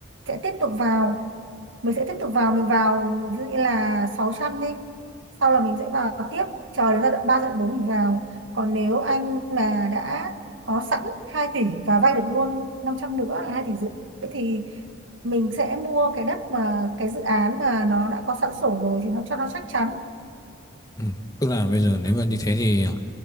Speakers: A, on the right; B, on the left.
A: sẽ tiếp tục vào mình sẽ tiếp tục vào mình vào ví dụ như là 600 đi sau là mình sẽ vào tiếp chờ đến giai đoạn 3 giai đoạn 4 mình vào còn nếu anh mà đã có sẵn 2 tỷ và vay được luôn 500 nữa là 2 tỷ rưỡi thì mình sẽ mua cái đất mà cái dự án mà nó đã có sẵn sổ rồi thì nó cho nó chắc chắn
B: ừ. Tức là bây giờ nếu mà như thế thì ờ,